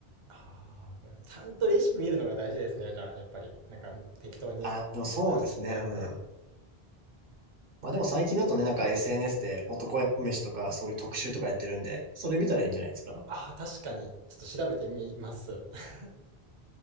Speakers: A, on the right (about 40°); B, on the right (about 60°).
A: ああ、わかる。ちゃんとレシピ見るのが大事ですね。じゃあ、やっぱり。なんか適当に
B: あ、でもそうですね。
A: 感覚でやるんだな
B: うん。まあでも最近だとね、なんか SNS で男飯とかそういう特集とかやってるんで、それ見たらいいんじゃないですか。
A: ああ、確かに。ちょっと調べてみます。<laughs>